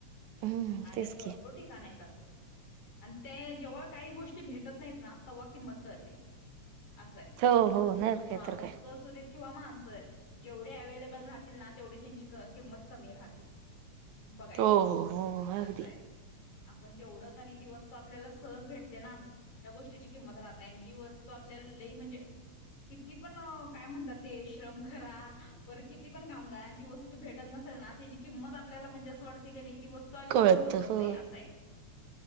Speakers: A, on the right (about 80°); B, on the left (about 75°).
A: हम्म
B: आहेत
A: तेच
B: भरपूर
A: की
B: ठिकाण आहेतं आणि ते जेव्हा काही गोष्टी भेटत नाहीत ना तेव्हा किंमत करते असं आहे
A: हो हो
B: वस्त
A: नाही काय
B: हा
A: तर
B: वस्तू
A: काय.
B: सुध किंवा माणसं जेवढे अवे्हेलेबल राहतील ना तेवढी त्यांची किंमत कमी राहतील बघायचं
A: हो हो हो अगदी
B: असंय आपण जेवढं का नाही ती वस्तू आपल्याला सहज भेटते ना त्या गोष्टीची किंमत राहत नाही आणि जी वस्तू आप आपल्याला लई म्हणजे किती पण काय म्हणतात ते श्रम करा परर किती पण काामगा आणि ती वस्तू भेटत नसते त्याची किंमत आपल्याला म्हणजे असं वाटते की नाही ती वस्तू आली
A: कळत
B: की आपण सोडत
A: हो.
B: नाही असंय